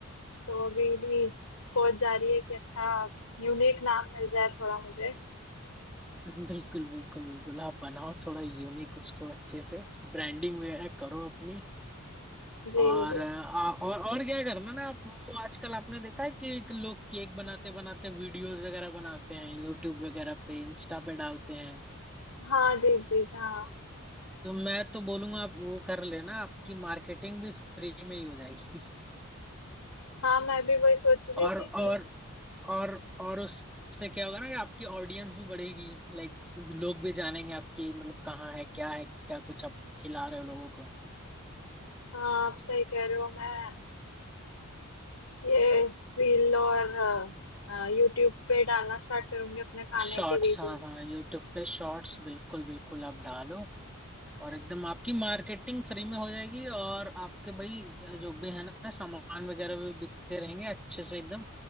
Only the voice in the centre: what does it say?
<laughs> बिल्कुल बिल्कुल बिल्कुल आप बनाओ थोड़ा यूनिक उसको अच्छे से ब्रांडिंग वगैरह करो अपनी
और
आ, और और क्या करना ना आप वो आजकल आपने देखा है कि एक लोग केक बनाते बनाते वीडियोस वगैरह बनाते हैं यूट्यूब वगैरह पे इंस्टा पे डालते हैं
तो मैं तो बोलूंगा आप वो कर लेना आपकी मार्केटिंग भी फ्री में ही हो जाएगी <laughs>
और
और
और और उससे क्या होगा ना कि आपकी ऑडियंस भी बढ़ेगी लाइक लोग भी जानेंगे आपकी मतलब कहाँ है क्या है क्या कुछ आप खिला रहे हो लोगों को
शॉर्ट्स
हाँ हाँ यूट्यूब पे शॉर्ट्स बिल्कुल बिल्कुल आप डालो और एकदम आपकी मार्केटिंग फ्री में हो जाएगी और आपके भाई अ, जो भी है ना सामान वगैरह भी बिकते रहेंगे अच्छे से एकदम